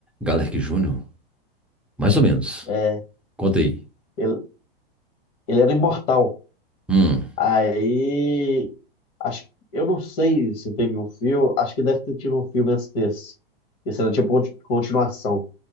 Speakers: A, in the centre; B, on the left (about 40°).
A: Galerk Júnior? Mais ou menos.
B: É,
A: Conta aí.
B: ele, ele era imortal.
A: Hum.
B: Aí, acho, eu não sei se teve um filme, acho que deve ter tido um filme antes desse. Esse era tipo conti- continuação.